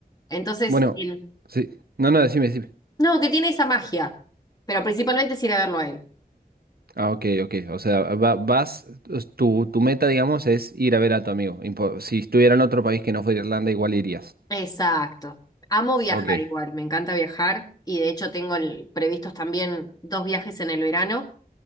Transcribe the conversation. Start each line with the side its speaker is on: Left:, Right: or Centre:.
Left: entonces,
Right: Bueno,
Left: el-
Right: sí. No, no, decime, decime.
Left: no, que tiene esa magia, pero principalmente es ir a verlo a él.
Right: Ah, ok, ok. O sea, va- vas, es tu, tu meta, digamos, es ir a ver a tu amigo. Impo- Si estuviera en otro país que no fuera Irlanda, igual irías.
Left: Exacto. Amo viajar
Right: Ok.
Left: igual, me encanta viajar y de hecho tengo el- previstos también dos viajes en el verano.